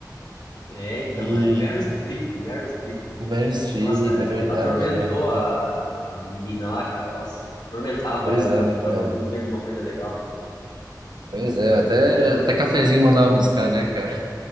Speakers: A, on the left; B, on the right.
A: É, então,
B: <laughs> E
A: é Meryl Streep, Meryl Streep,
B: Meryl
A: que,
B: Streep,
A: nossa,
B: é verdade,
A: ela atormentou
B: né?
A: a, a menina lá, cara. Nossa, atormentava
B: Pois
A: ela pra,
B: é, né,
A: pra ela
B: cara?
A: produzir alguma coisa legal.
B: Pois é, até, até cafezinho mandava buscar, né, cara?